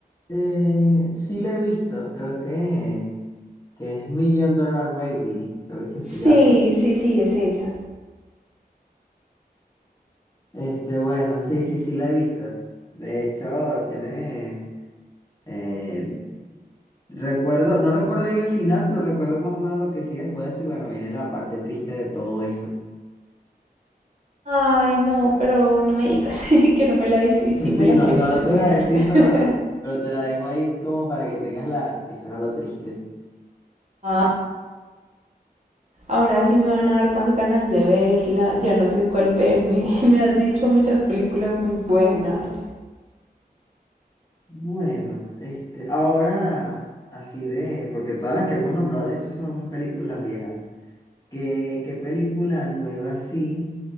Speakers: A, on the left; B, on the right.
A: Eh, sí la he visto, creo que, que es Million Dollar Baby, creo que es que
B: Sí,
A: se llama.
B: sí, sí, es ella.
A: Este, bueno, sí, sí, sí la he visto. De hecho, tiene, eh, recuerdo, no recuerdo bien el final, pero recuerdo más o menos lo que sigue después y bueno, viene la parte triste de todo eso.
B: Ay, no, pero no me digas <laughs> que no me la he visto y sí me
A: Sí,
B: la
A: no,
B: quiero
A: no
B: terminar.
A: te voy a decir,
B: <laughs>
A: pero, pero te la dejo ahí como para que tengas la, que será lo triste.
B: Ah, Ahora sí me van a dar más ganas de verla, ya no sé cuál verme. <laughs> Me has dicho muchas películas muy buenas.
A: Bueno, este, ahora, así de, porque todas las que hemos nombrado de hecho son películas viejas. ¿Qué, qué película nueva sí